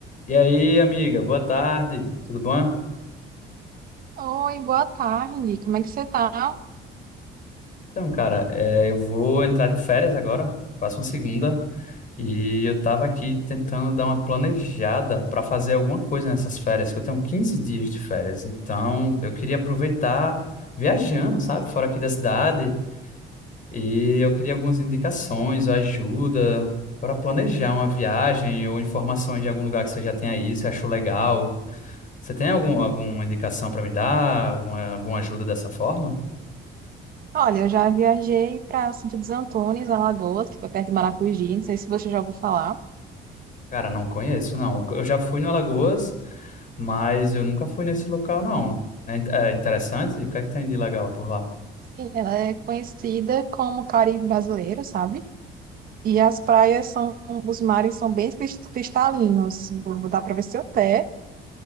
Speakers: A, on the left; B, on the right.
A: E aí, amiga, boa tarde, tudo bom?
B: Oi, boa tarde. Como é que você tá?
A: Então, cara, é, eu vou entrar de férias agora, próxima segunda, e eu tava aqui tentando dar uma planejada para fazer alguma coisa nessas férias, que eu tenho 15 dias de férias, então eu queria aproveitar viajando, sabe, fora aqui da cidade, e eu queria algumas indicações ajuda para planejar uma viagem ou informações de algum lugar que você já tem aí, se achou legal. Você tem algum, alguma indicação para me dar, alguma, alguma ajuda dessa forma?
B: Olha, eu já viajei para Santa dos Antônios, Alagoas, que foi perto de Maracujá. Não sei se você já ouviu falar.
A: Cara, não conheço, não. Eu já fui no Alagoas, mas eu nunca fui nesse local, não. É, in- é interessante? O que é que tem de legal por lá?
B: Sim, ela é conhecida como Caribe brasileiro, sabe? E as praias são, os mares são bem cris- cristalinos. Vou- Dá para ver seu pé.